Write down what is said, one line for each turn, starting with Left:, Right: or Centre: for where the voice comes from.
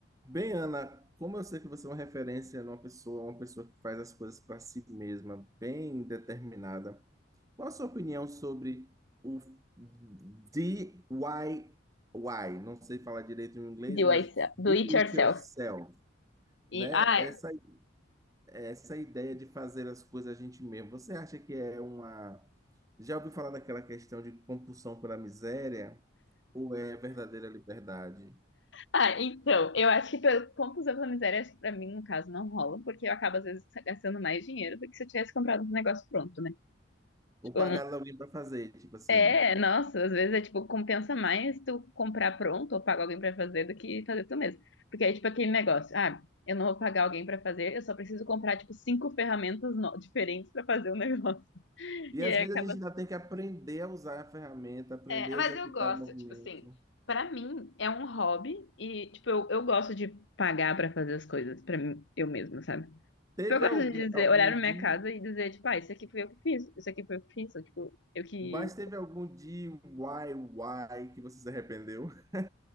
Right: Bem, Ana, como eu sei que você é uma referência numa pessoa, uma pessoa que faz as coisas para si mesma, bem determinada, qual a sua opinião sobre o DIY? Não sei falar direito em inglês,
Left: Do,
Right: mas
Left: yourself-
Right: do
Left: do it
Right: it
Left: yourself.
Right: yourself, né?
Left: E, ah,
Right: Essa, essa ideia de fazer as coisas a gente mesmo. Você acha que é uma... Já ouviu falar daquela questão de compulsão pela miséria? Ou é verdadeira liberdade?
Left: ah, então, eu acho que pelo compulsão pela miséria, acho que pra mim, no caso, não rola, porque eu acabo, às vezes, gastando mais dinheiro do que se eu tivesse comprado um negócio pronto, né?
Right: Ou
Left: Tipo,
Right: pagar
Left: eu não-
Right: alguém para fazer, tipo assim...
Left: é, nossa, às vezes é tipo, compensa mais tu comprar pronto ou pagar alguém pra fazer do que fazer tu mesmo. Porque aí, tipo, aquele negócio, ah, eu não vou pagar alguém pra fazer, eu só preciso comprar, tipo, cinco ferramentas no- diferentes pra fazer o negócio. <laughs>
Right: E
Left: E
Right: às
Left: aí
Right: vezes
Left: acaba
Right: a gente ainda tem que aprender a usar a ferramenta, aprender
Left: É, mas
Right: a executar
Left: eu gosto,
Right: o movimento.
Left: tipo assim, pra mim é um hobby e, tipo, eu, eu gosto de pagar pra fazer as coisas pra mim, eu mesma, sabe?
Right: Teve
Left: Eu gosto
Right: alguém,
Left: de dizer,
Right: algum
Left: olhar pra minha
Right: dia,
Left: casa e dizer, tipo, ah, isso aqui foi eu que fiz, isso aqui foi eu que fiz, ou, tipo, eu que.
Right: mas teve algum DIY que você se arrependeu? <laughs>